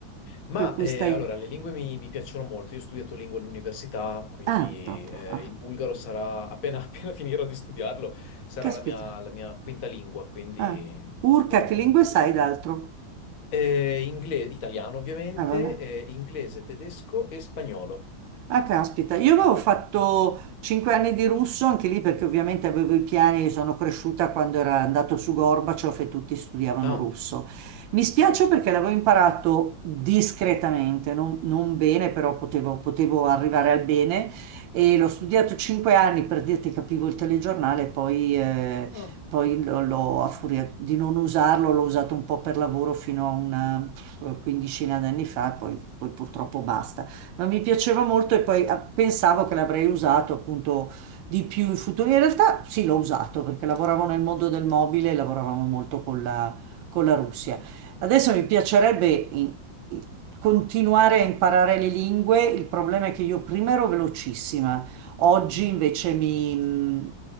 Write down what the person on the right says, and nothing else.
per cui
stai...
Ah, proprio.
Ah.
Caspita.
Ah. Urca,
che lingue
sai
d'altro?
Ah, vabbè.
Ah, caspita, io avevo fatto cinque anni di russo, anche lì perché ovviamente avevo i piani, sono cresciuta quando era andato su Gorbaciov e tutti studiavano
russo. Mi spiace
perché l'avevo imparato discretamente, non, non bene, però potevo, potevo arrivare al bene e l'ho studiato cinque anni per dirti capivo il telegiornale, poi, eh,
poi l'ho, l'ho- a furia di non usarlo, l'ho usato un po' per lavoro fino a una pff, quindicina d'anni fa, poi poi purtroppo basta ma mi piaceva molto e poi ah, pensavo che l'avrei usato appunto di più in futuro. In realtà sì, l'ho usato perché lavoravo nel mondo del mobile e lavoravamo molto con la, con la Russia. Adesso mi piacerebbe in- in- continuare a imparare le lingue, il problema è che io prima ero velocissima, oggi
invece mi, mm,